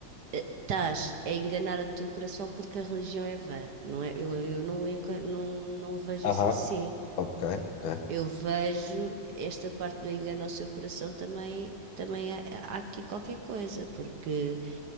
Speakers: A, on the right; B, on the left.
A: eh, estás a enganar o teu coração porque a religião é vã. Não é, eu, eu não, enca- não, não vejo isso
B: Aham,
A: assim.
B: ok, ok.
A: Eu vejo esta parte do engano ao seu coração também, também há, há aqui qualquer coisa, porque